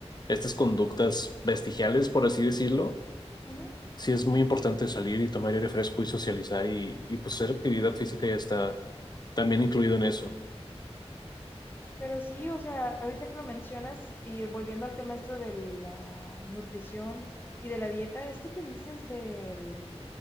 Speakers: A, on the left (about 40°); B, on the left (about 20°).
A: estas conductas vestigiales, por así decirlo,
B: Ujú.
A: sí es muy importante salir y tomar aire fresco y socializar y, y pues hacer actividad física ya está también incluido en eso.
B: Pero sí, o sea, ahorita que lo mencionas y volviendo al tema esto de la nutrición y de la dieta, esto que dices del